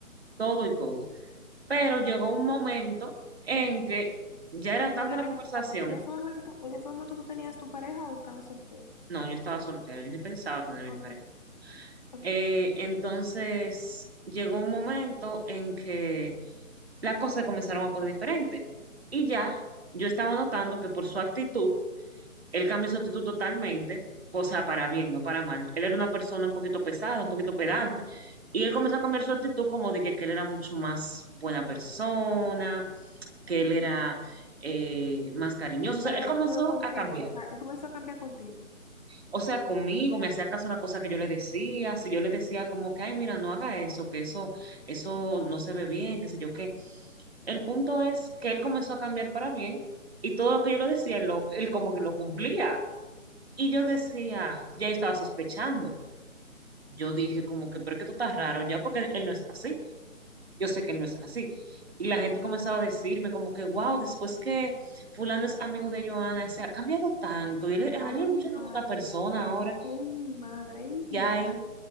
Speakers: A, on the right; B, on the left.
A: todo y todo. Pero llegó un momento en que ya era tanta
B: Para,
A: la conversación,
B: en ese momento, en ese momento tú tenías tu pareja o estabas soltero.
A: no, yo estaba soltera, yo ni pensaba tener mi
B: Ok,
A: pareja.
B: ok.
A: Eh, entonces, llegó un momento en que las cosas comenzaron a poner diferentes y ya yo estaba notando que por su actitud, Él cambió su actitud totalmente, o sea, para bien, no para mal. Él era una persona un poquito pesada, un poquito pedante, y él comenzó a cambiar su actitud como de que, que él era mucho más buena persona, que él era eh, más cariñoso. O sea,
B: Pero,
A: él comenzó
B: pero contigo,
A: a cambiar.
B: o sea, él comenzó a cambiar contigo.
A: O sea, conmigo me hacía caso a la cosa que yo le decía, si yo le decía como que, ay, mira, no haga eso, que eso, eso no se ve bien, qué sé yo qué. El punto es que él comenzó a cambiar para bien y todo lo que yo le decía, él, lo, él como que lo cumplía. Y yo decía, ya yo estaba sospechando. Yo dije como que, pero es que tú estás raro ya porque él no es así. Yo sé que él no es así. Y la gente comenzaba a decirme como que, wow, después que fulano es amigo de Joana, se ha cambiado tanto. Y él, es- él
B: Ay, mi
A: es mucho una
B: madre.
A: buena persona ahora.
B: Ay, mi madre, ay, mi
A: Ya
B: madre.
A: ahí,